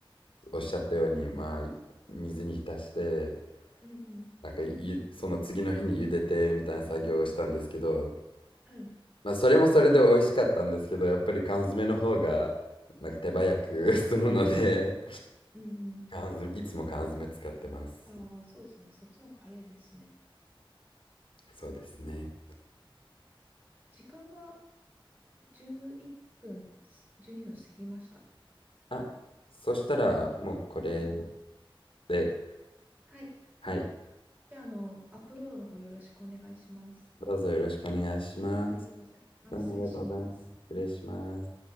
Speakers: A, on the left (about 70°); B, on the right (about 20°).
A: おっしゃったようにまあ水に浸して
B: うんうん。
A: なんかゆその次の日に茹でてみたいな作業をしたんですけど、
B: はい。
A: まあ、それもそれで美味しかったんですけどやっぱり缶詰の方がなんか手早く <laughs> 済むので
B: うんうん。
A: 缶詰いつも缶詰使ってます
B: ああ、そうですよね。そっちの方が早いですしね。
A: そうですね
B: 時間が11分、12分過ぎました。
A: あ、そしたら、もうこれ
B: はい。
A: で、
B: はい。
A: はい、
B: じゃあ、あの、アップロードの方よろしくお願いします。
A: どうぞよろしくお願いします。
B: はい、ありがとうございます。
A: どうもありがとうございます。
B: 失礼します。
A: 失礼します。